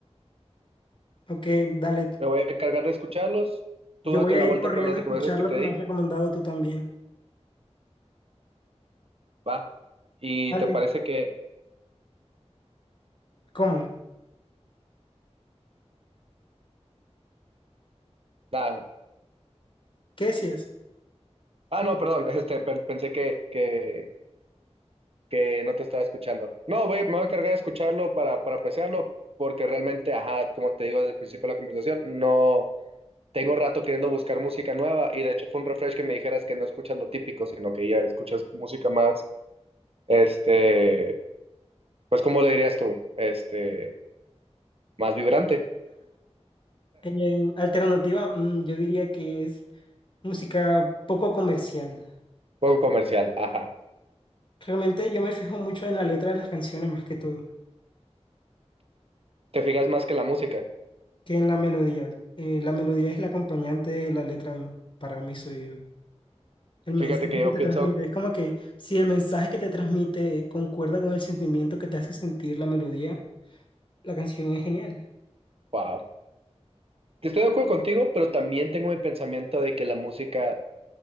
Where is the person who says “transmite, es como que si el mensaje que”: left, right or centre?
Left